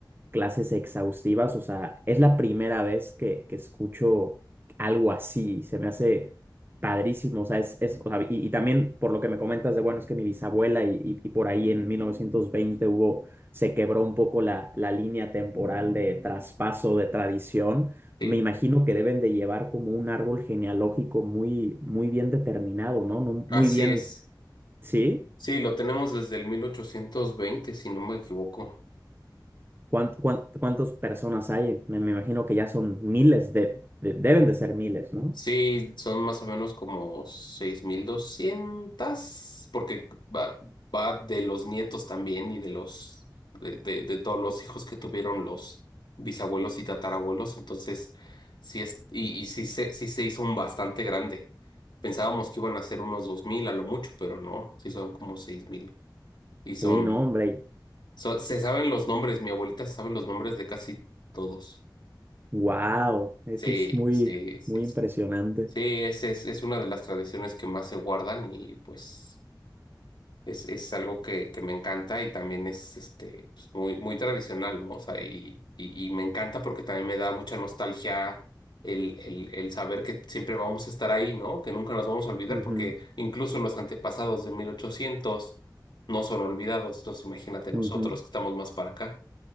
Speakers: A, on the right; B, on the left.
A: clases exhaustivas. O sea, es la primera vez que, que escucho algo así. Se me hace padrísimo. O sea, es, es- o sea, y, y también por lo que me comentas de, bueno, es que mi bisabuela y, y- y por ahí en 1920 hubo, se quebró un poco la, la línea temporal de traspaso de tradición.
B: Sí,
A: Me imagino que deben de llevar como un árbol genealógico muy, muy bien determinado, ¿no? No,
B: así
A: Muy bien,
B: es.
A: ¿sí?
B: Sí, lo tenemos desde el 1820 si no me equivoco.
A: ¿Cuán- cuán- cuántas personas hay? Me, me imagino que ya son miles de, de- deben de ser miles, ¿no?
B: Sí, son más o menos como 6.200, porque va, va de los nietos también y de los de, de, de todos los hijos que tuvieron los bisabuelos y tatarabuelos. Entonces, sí es, y, y sí se, sí se hizo un bastante grande. Pensábamos que iban a ser unos 2.000 a lo mucho, pero no, sí son como seis mil Y son,
A: Sí, no, hombre.
B: so- se saben los nombres, mi abuelita sabe los nombres de casi todos.
A: Wow, eso
B: Sí,
A: es muy,
B: sí, sí,
A: muy
B: sí.
A: impresionante.
B: Sí, es, es, es una de las tradiciones que más se guardan y pues es, es algo que, que me encanta y también es este, pues, muy, muy tradicional, ¿no? O sea, y, y, y me encanta porque también me da mucha nostalgia el, el, el saber que siempre vamos a estar ahí, ¿no? Que nunca nos vamos a olvidar
A: Ujú,
B: porque incluso los antepasados de 1800 no son olvidados, entonces imagínate nosotros
A: ujú.
B: que estamos más para acá.